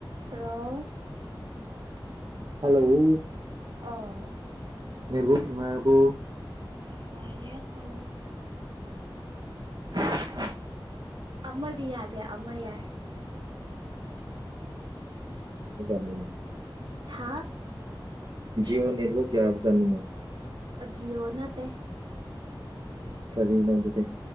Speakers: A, on the right (about 70°); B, on the right (about 55°).
A: Hello
B: hello
A: ꯑꯥ
B: ꯃꯕꯨ ꯃꯕꯨ
A: ꯎꯝ ꯃꯔ ꯍ
B: <inaudible>
A: ꯑꯃꯗꯤ ꯌꯥꯗꯦ ꯑꯃ ꯌꯥꯏ
B: ꯃꯤꯅꯦ
A: ꯊꯥ
B: ꯑꯣ ꯅꯦꯠꯋꯛ ꯌꯥ ꯑꯐꯖꯅꯤꯡꯅꯦ
A: ꯖꯤ ꯑꯣꯅꯠꯇ
B: ꯀꯔꯤ ꯅꯣꯗꯗꯤꯦ